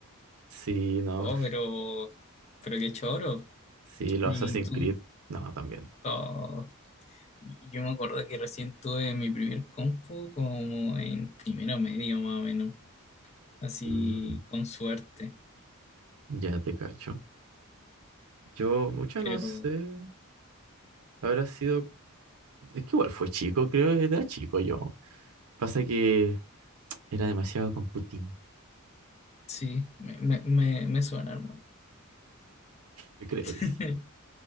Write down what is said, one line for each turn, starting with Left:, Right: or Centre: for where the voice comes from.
Right: Sí, no.
Left: Oh, pero, pero qué choro.
Right: Sí, los
Left: Y
Right: Assassin's
Left: tú,
Right: Creed. No, también.
Left: ah yo me acuerdo que recién tuve mi primer compu como en primero medio más o menos, así
Right: Mm,
Left: con suerte.
Right: ya te cacho. Yo mucho
Left: Pero
Right: no sé. Habrá sido Es que igual fue chico, creo, eh, era chico yo. Pasa que era demasiado con Putin,
Left: sí, me, me, me, me suena, hermano.
Right: te creo,
Left: <laughs>
Right: dice.